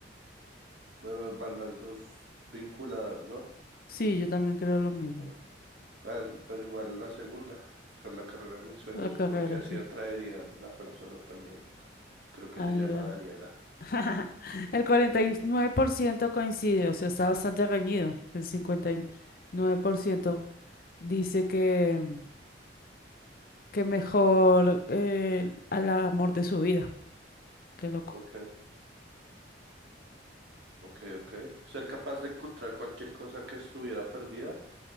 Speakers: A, on the right; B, on the left.
A: Bueno, van las dos vinculadas, ¿no?
B: Sí, yo también creo lo mismo.
A: Ah, la- pero igual la segunda, que es la carrera de mis sueños,
B: La carrera,
A: porque así
B: sí.
A: atraería a la persona también. Creo que
B: Ah,
A: se
B: mira.
A: llama Daniela.
B: <laughs> El 49% coincide, o sea, está bastante reñido. El cincuenta y nueve por ciento dice que, que mejor eh, al amor de su vida. Qué loco.
A: Ok, ok, ok. Ser capaz de encontrar cualquier cosa que estuviera perdida